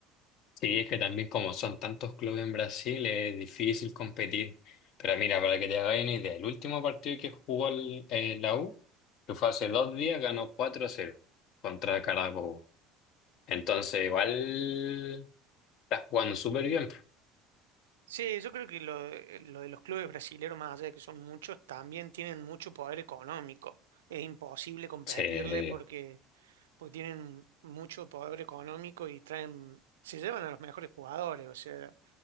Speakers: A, on the left (about 60°); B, on the right (about 85°).
A: sí, es que también como son tantos clubes en Brasil es difícil competir. Pero mira, para que te hagas una idea, el último partido que jugó el- eh, la U, que fue hace dos días, ganó cuatro a cero contra Carabobo. Entonces, igual estás jugando súper bien.
B: Sí, yo creo que lo, de lo de los clubes brasileros, más allá de que son muchos, también tienen mucho poder económico. Es imposible competirle
A: Sí,
B: porque, porque tienen mucho poder económico y traen, se llevan a los mejores jugadores, o sea,